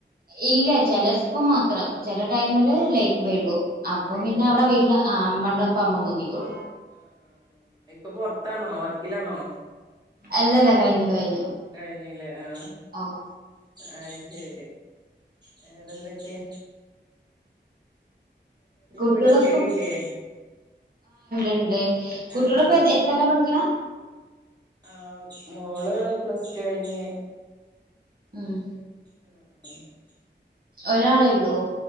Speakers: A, on the right (about 50°); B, on the right (about 20°).
A: ഇല്ല ചിലപ്പം മാത്രം ചെില ടൈമില് ലൈറ്റ് വഴിക്കും അപ്പം
B: വൈകോ
A: പിന്നെ അവിടെ വീട്ടില് അമ്മള്ളപ്പ അമ്മ നോക്കിക്കോളും
B: ആ ആ ആ ഇപ്പൊ പുൊറത്താണോ വർക്കിലാണോ
A: അല്ല കഴിഞ്ഞു കഴിഞ്ഞു
B: ഇത കഴിഞ്ഞല്ലേ ആ
A: ആ
B: ആ ശരി വേറെന്തൊക്കെയ
A: കുട്ടികളൊക്കെ
B: വിളിക്കലില്ലേ
A: ണ്ട് കുട്ടിയടൊപ്പ
B: ആഹ്
A: എത്രല്ല പഠിക്കണ
B: ആഹ മോള് പ്ലസ് കഴിഞ്ഞ്
A: ആഹ
B: <unintelligible>
A: ഒരാളെ ഉള്ളൂ